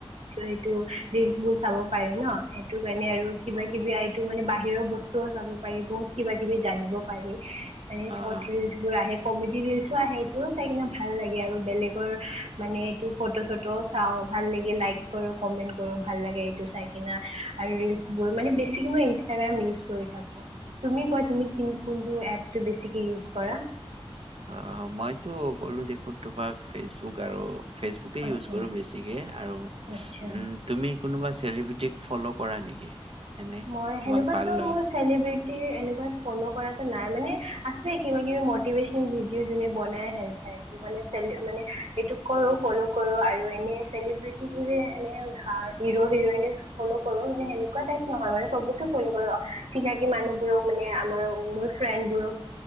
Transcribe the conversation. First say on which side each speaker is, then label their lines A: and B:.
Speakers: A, on the right; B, on the right.
A: এইটো ৰিলচ বোৰ চাব পাৰি ন সেইটো কাৰণে আৰু কিবা
B: অ',
A: কিবি মানে <unintelligible> যাব পাৰি বহুত কিবা কিবি জানিব পাৰি মানে
B: অ',
A: চৰ্ট ৰীলচবোৰ আহে কমেডি ৰীলচো আহে সেইটোও চাই কিনে ভাল লাগে
B: অ'।
A: আৰু বেলেগৰ মানে এইটো‌ ফট' চট চাওঁ, ভাল লাগে লাইক কৰো, কমেণ্ট কৰো, ভাল লাগে এইটো চাই কেনে‌ আৰু ৰীলচবোৰ মানে বেছি ম‌ই ইনষ্টাগ্ৰাম ইউজ কৰি থাকোঁ। তুমি কোৱা তুমি কোনটো এপ বেছিকে ইউজ কৰা।
B: হয় হয় মইতো কলো দেখোন তোমাক ফেচবুক আৰু ফেচবুকে
A: আচ্ছা
B: ইউজ কৰো বেছিকে আৰু
A: আচ্ছা
B: উম তুমি কোনোবা চেলিব্ৰিটিক ফ'ল' কৰা নেকি এনে
A: মই
B: তোমাক
A: সেনেকুৱাতো
B: ভাল লগা
A: মোৰ চেলিব্ৰিটি এনেকুৱা ফ'ল' কৰা নাই মানে আছে কিবা কিবি মটিভেচন ভিডিঅ' যোনে বনাইে মানে মানে এইটো কৰো ফল' কৰো আৰু এনে চেলিব্ৰিট বোৰে এনে হিৰো হিৰইনক ফ'ল' কৰো মানে সেনেকুৱা টাইপ। নহয় মানে চবকে ফল' কৰো চিনাকি মানুহবোৰক মানে আমাৰ মোৰ ফ্ৰেণ্ডবোৰক